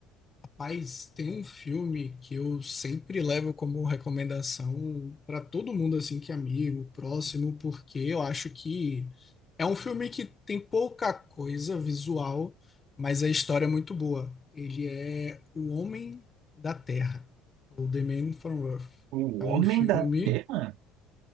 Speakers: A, on the left; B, on the right.
A: Mas tem um filme que eu sempre levo como recomendação para todo mundo assim que é amigo, próximo, porque eu acho que é um filme que tem pouca coisa visual, mas a história é muito boa. Ele é O Homem da Terra, ou The Man from Earth.
B: O
A: É um
B: Homem
A: filme,
B: da Terra?